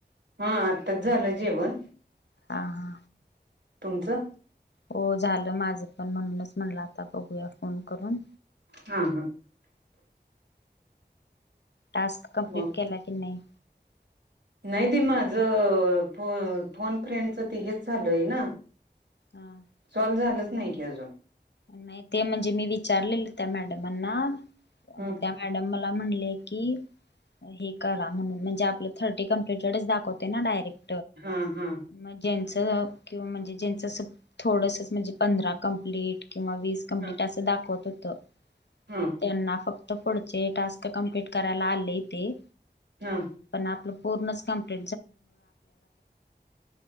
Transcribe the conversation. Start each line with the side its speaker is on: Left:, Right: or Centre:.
Right: हा आत्ताच झालं जेवण.
Left: हा हा.
Right: तुमचं.
Left: हो झालं माझं पण म्हणूनच म्हणलं आता बघूया फोन करून
Right: हा हा
Left: टास्क कंप्लीट
Right: मग
Left: केला की नाही?
Right: नाही ते माझं अ फो फोन फ्रेंडच ती हेच झालंय ना.
Left: हा
Right: सॉल्व झालंच नाही कि अजून.
Left: नाही ते म्हणजे मी विचारलेलं त्या मॅडमांना,
Right: ह
Left: मग त्या मॅडम मला मला म्हणले की, हे करा म्हणून म्हणजे आपलं थर्टी कंप्लिटेडच दाखवते ना डायरेक्ट
Right: हा हा.
Left: मग ज्यांचं किंवा म्हणजे ज्यांचं असं थोडंसंच म्हणजे पंधरा कंप्लीट किंवा वीस कंप्लीट
Right: हा
Left: असं दाखवत होतं,
Right: हा
Left: त्यांना फक् पुढचे टास्क कम्प्लीट करायला आलंय ते,
Right: हा
Left: पण आपलं पूर्णच कमपु